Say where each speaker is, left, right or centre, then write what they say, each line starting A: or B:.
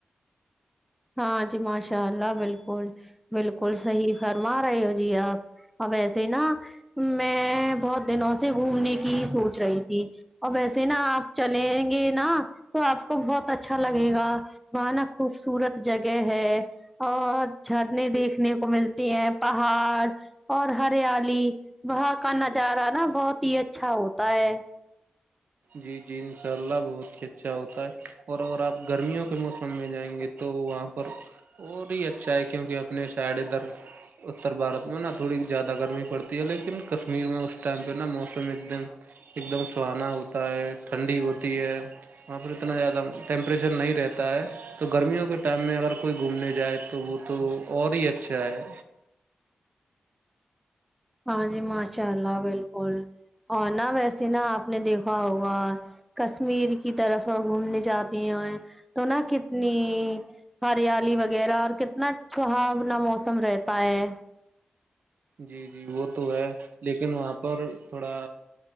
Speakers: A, in the centre; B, on the right.
A: ہاں جی ماشاء اللہ بالکل بالکل صحیح فرما رہے ہو جی آپ اب ویسے نا میں بہت دنوں سے گھومنے کی سوچ رہی تھی اور ویسے نا آپ چلیں گے نا تو آپ کو بہت اچھا لگے گا بانا خوب س سورت جگہ ہے اور جھرنے دیکھنے کو ملتی ہیں پہاڑ اور ہریالی وہاں کا نظارہ نا بہت ہی اچھا ہوتا ہے
B: جی جی انشاء اللہ بہت ہی اچھا ہوتا ہے اور ا آپ گرمیوں کے موسم میں جائیں گے تو وہاں پر اور ہی اچھا ہے کیونکہ اپنے ساڈ ادھر اتر بھارت میں نا تھوڑی زیادہ گرمی پڑتی ہے لیکن کشمیر میں اس ٹائم پہ نا موسم ایک دم ایک دم سہانا ہوتا ہے ٹھنڈی ہوتی ہے وہاں پر اتنا زیادہ ٹیمپریچر نہیں رہتا ہے تو گرمیوں کے ٹائم میں اگر کوئی گھومنے جائے تو وہ تو اور ہی اچھا ہے
A: ہاں جی ماشاء اللہ بالکل اور نہا ویسے نا آپ نے دیکھا ہوگا کشمیر کی طرف گھومنے جاتی ہ تو نہا کتنی ہریالی وغیرہ اور کتنا چہاؤنا موسم رہتا ہے
B: جی جی وہ تو ہے لیکن وہاں پر تھوڑا